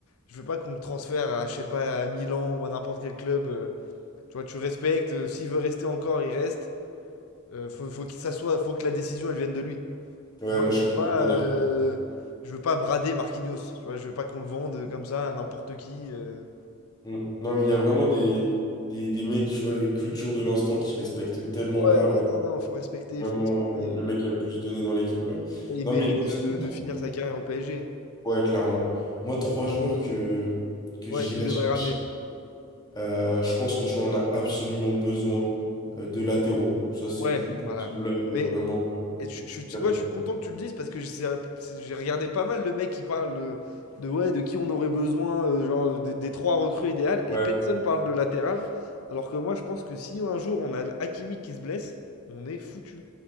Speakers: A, on the left; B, on the left.
A: je veux pas qu'on le transfère à, je sais pas, à Milan ou à n'importe quel club. euh. tu vois, tu respectes. euh, s'il veut rester encore, il reste. Euh, faut, faut qu'il s'assoie. Faut que la décision, elle vienne de lui.
B: Ouais,
A: Moi,
B: moi
A: je
B: je suis complètement
A: veux pas.
B: d'accord.
A: euh, je veux pas brader Marquinhos. Tu vois, je veux pas qu'on le vende comme ça à n'importe qui. euh.
B: Hmm. Non, mais il y a vraiment des, des, des mecs, tu vois, culture de l'instant qui respectent tellement
A: Ouais,
B: pas, alors
A: ouais, non, non, faut respecter,
B: que vraiment
A: faut respecter.
B: euh, le mec a le plus donné dans l'équipe là.
A: Il
B: Non,
A: mérite
B: mais d'ici
A: de de- de
B: trois-
A: finir sa carrière au PSG.
B: ouais, clairement. Moi, trois joueurs que, que
A: Ouais,
B: j'irais
A: que tu devrais
B: chercher.
A: ramener.
B: Euh, je pense que tu en as absolument besoin euh, de latéraux. Ça, c'est
A: Ouais,
B: plus possible,
A: voilà.
B: là, euh,
A: Mais
B: vraiment. euh,
A: et je je
B: c'est une
A: tu
B: catastrophe.
A: sais quoi? Je suis content que tu le dises parce que c'est un c'est j'ai regardé pas mal le mec qui parle heu, de ouais, de qui on aurait besoin, heu, genre des des 3 recrues idéales et
B: Ouais.
A: Mmh. personne parle de latéral. Alors que moi, je pense que si un jour on a Hakimi qui se blesse, on est foutu.